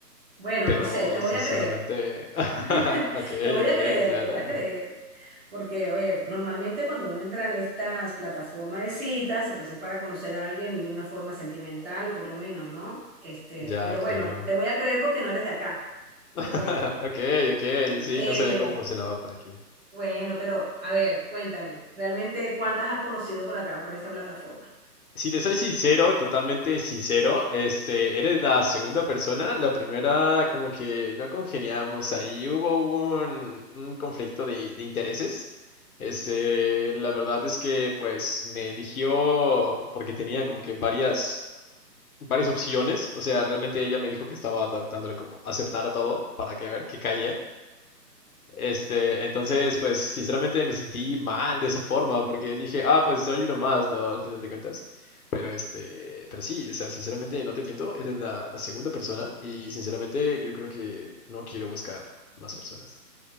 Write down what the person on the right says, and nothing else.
Bueno,
no sé, te voy
a creer.
<laughs>
Te voy
a creer,
te voy a creer. Porque, a ver, normalmente cuando uno entra en estas plataformas de citas, pues es para conocer a alguien de una forma sentimental, por lo menos, ¿no? Este,
pero
bueno, te voy a creer porque no eres de acá.
Te creo.
Eh,
bueno, pero a ver, cuéntame, ¿realmente cuántas has conocido por acá, por esta plataforma?